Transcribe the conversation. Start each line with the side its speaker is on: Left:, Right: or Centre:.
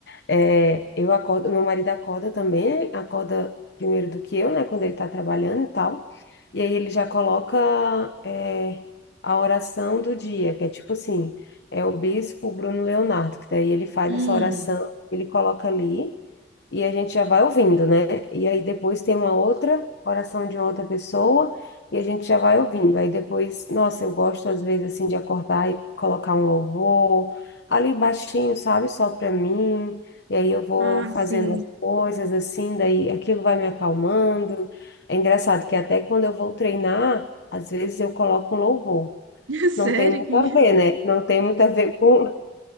Left: É, eu acordo, meu marido acorda também, acorda primeiro do que eu, né? Quando ele tá trabalhando e tal. E aí ele já coloca, é, a oração do dia, que é tipo assim, é o bispo Bruno Leonardo, que daí ele faz
Right: Hum,
Left: essa oração, ele coloca ali e a gente já vai ouvindo, né? E aí depois tem uma outra oração de outra pessoa e a gente já vai ouvindo. Aí depois, nossa, eu gosto às vezes assim de acordar e colocar um louvor ali baixinho, sabe? Só para mim. E aí eu vou
Right: ah,
Left: fazendo
Right: sim.
Left: as coisas assim, daí aquilo vai me acalmando. É engraçado que até quando eu vou treinar, às vezes eu coloco um louvor.
Right: <laughs>
Left: Não
Right: Sério
Left: tem muito
Right: que...
Left: a ver, né? Não tem muito a ver com,